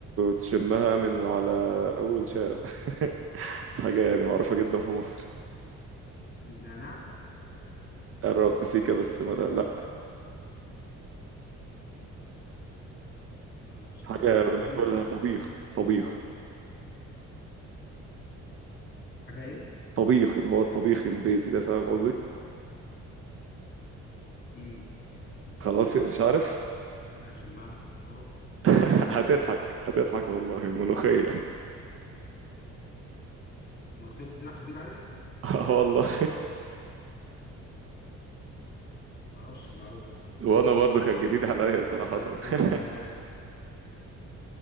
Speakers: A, on the right; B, on the left.
A: تشمها من على اول شارع <laughs> حاجه يعني معروفه جدا في مصر
B: نعناع
A: قربت سيكا بس ما لا, لا.
B: انا مش عارف
A: حاجه
B: طب
A: بناكلها
B: ايه <laughs> طيب
A: طبيخ طبيخ
B: حاجة ايه
A: طبيخ اللي هو الطبيخ البيتي ده فاهم قصدي
B: امم
A: خلاص يعني مش عارف
B: حاجة شمال الحوار
A: <laughs>
B: اه
A: هتضحك
B: مش عارف
A: هتضحك والله ملوخية <laughs>
B: ملوخية بتزرع في البيت عادي
A: آه والله
B: معرفش المعلومة دي
A: وانا برضو كانت جديدة عليا صراحة
B: طيب آه،
A: <laughs>